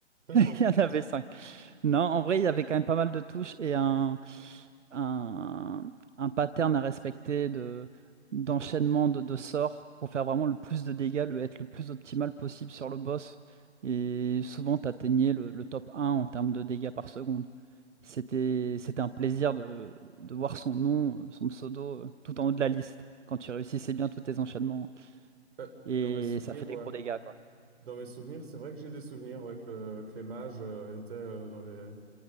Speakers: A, on the right (about 60°); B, on the right (about 85°).
A: <laughs>
B: <laughs> Il y en avait cinq. Non, en vrai, il y avait quand même pas mal de touches et un, un, un pattern à respecter de, d'enchaînement de, de sorts pour faire vraiment le plus de dégâts, le, être le plus optimal possible sur le boss. Et souvent, tu atteignais le, le top un en termes de dégâts par seconde. C'était, c'était un plaisir de, de voir son nom, euh, son pseudo, euh, tout en haut de la liste quand tu réussissais bien tous tes enchaînements.
A: Ouais,
B: Et
A: Dans mes souvenirs,
B: ça fait des
A: ouais.
B: gros dégâts, quoi.
A: Dans mes souvenirs, c'est vrai que j'ai des souvenirs ouais, que, le- que les mages euh, étaient euh, dans les,